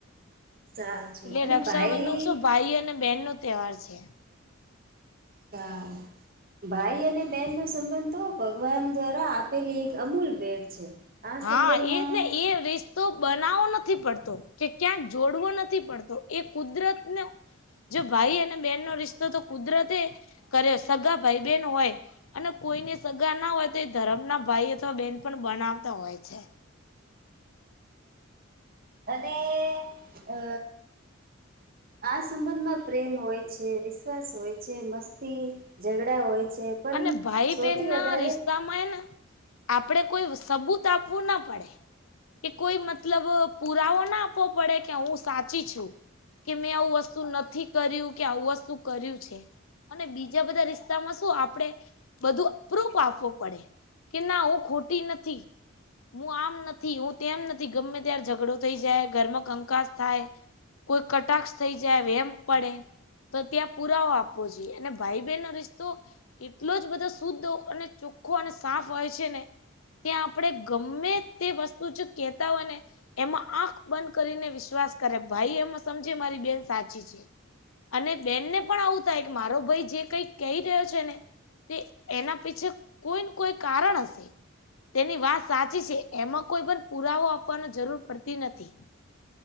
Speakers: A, on the right; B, on the left.
A: સાચું
B: એટલે
A: અને
B: રક્ષાબંધન
A: ભાઈ
B: શું ભાઈ અને બહેનનો તહેવાર છે,
A: તા <inaudible> ભાઈ અને બેનનો સંબંધ તો ભગવાન દ્રારા આપેલી એક અમૂલ ભેટ છે. આ
B: હા
A: સંબંધમાં
B: ઈ જ ને એ <unintelligible> તો બનાવો નથી પડતો કે ક્યાંક જોડવો નથી પડતો એ કુદરતનો જો ભાઈ અને બેહેનનો રિશ્તોતો કુદરતે કર્યો સગા ભાઈ-બેહેન હોય અને કોઈને સગાના હોય તો એ ધરમ ના ભાઈ અથવા બેન પણ બનાવતા હોય છે.
A: અને અ આ સંબંધમાં પ્રેમ હોય છે વિશ્વાસ હોય છે મસ્તી જગડા હોય છે પણ
B: અને ભાઈ
A: સૌથી
B: બહેન ના
A: વધારે
B: રિશ્તા માં હેને આપડે કોઈ સબૂત આપવું ના પડે. એ કોઈ મતલબ પુરાવો ના આપવો પડે કે હું સાચી છું. કે મેં આવુ વસ્તુ નથી કર્યું કે આવું વસ્તુ કર્યું છે. અને બીજા બધા રિસ્તામાં શું આપ આપડે બધું પ્રૂફ આપવુ પડે કે ના હું ખોટી નથી. હું આમ નથી હું તેમ નથી ગમે ત્યારે ઝઘડો થઈ જાય ઘરમાં કંકાસ થાય કોઈ કટાક્ષ થઈ જાય વેમ પડે. તો ત્યાં પુરાવો આપવો જોઈએ અને ભાઈ બહેનનો રિસ્તો એટલો જ બધો શુદ્ધ અને ચોખ્ખો અને સાફ હોય છે ને ત્યાં આપણે ગમે તે વસ્તુ જો કેતા હોય ને એમાં આંખ બંધ કરીને વિશ્વાસ કરે ભાઈ એમાં સમજે મારી બેન સાચી છે. અને બેનને પણ આવું થાય કે મારો ભાઈ જે કઈ કહી રહ્યો છે ને તે એના પીછે કોઈ ન કોઈ કારણ હશે. તેની વાત સાચી છે એમાં કોઈ પણ પુરાવો આપવાની જરૂર પડતી નથી.